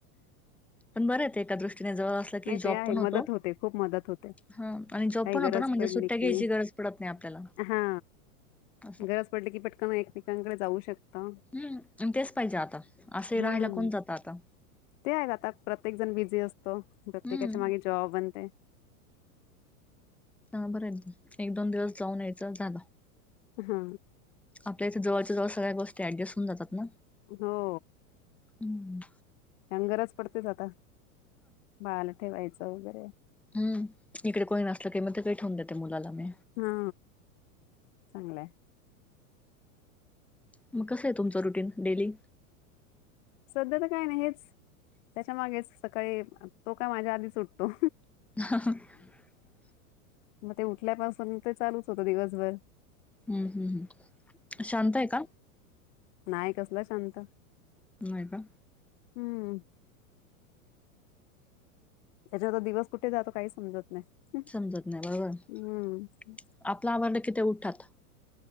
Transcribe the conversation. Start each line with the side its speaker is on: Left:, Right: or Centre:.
Centre: पण बरंय ते त्या दृष्ट जवळ असल की
Left: नाही
Centre: जॉब
Left: ते आहे
Centre: पण होतो
Left: मदत होते खूप मदत होते
Centre: हा आणि जॉब
Left: काही
Centre: पण
Left: गरज
Centre: होतो ना म्हणजे
Left: पडली
Centre: सुट्ट्या
Left: की
Centre: घ्यायची गरज पडत नाइ आपल्याला.
Left: हा
Centre: असं
Left: गरज पडल की पटकन एकमेकांकडे जाऊ शकता.
Centre: हम्म आणि तेच पाहिजे आता असे
Left: हम्म.
Centre: राहायला कोण जात आता.
Left: ते आहेत आता प्रत्येक जण बिझी असतो
Centre: हम्म
Left: प्रत्येकाच्या माग जॉब अंत <unintelligible>
Centre: हा बर हाय ना ते एक दोन दिवस जाऊन यायचं झालं.
Left: हा
Centre: आपल्या इथ जवळच्या जवळ सगळ्या गोष्टी ऍडजेस्ट होवुन जातात ना
Left: हो.
Centre: हं हं
Left: आण गरज पडतेच आता बाळाला ठेवायचं. वगैरे
Centre: हूं इकडे कोणी नसलं की मग ते ठेवून देते मुलाला मी
Left: हा चांगलंय.
Centre: मग कस आहे तुमचं रुटीन डेली
Left: सध्या तर काही नाही हेच त्याच्या मागेच सकाळी तो काय माझ्या आधीच उठतो.
Centre: <unintelligible>
Left: म ते उठल्यापासून ते चालूच होत दिवसभर.
Centre: हम्म हम्म हम्म शांत आहे का?
Left: नाय कसला शांत
Centre: नाही का?
Left: हूं त्याच्यात दिवस कुठे जातो काही समजत नाही
Centre: समजत नाय बरोबर
Left: हम्म
Centre: आपलं आवरंलं कि ते उठठात